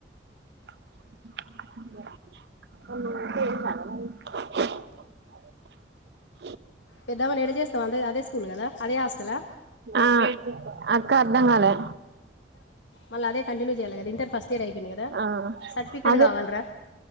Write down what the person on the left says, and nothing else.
పెద్ద ఆమెను ఏడ వేస్తా అదే అదే స్కూల్ కదా అదే హాస్టలా
మల్ల అదే కంటిన్యూ చేయాలి కదా ఇంటర్ ఫస్ట్ ఇయర్ అయిపోయింది కదా
సర్టిఫికేట్
కావాలరా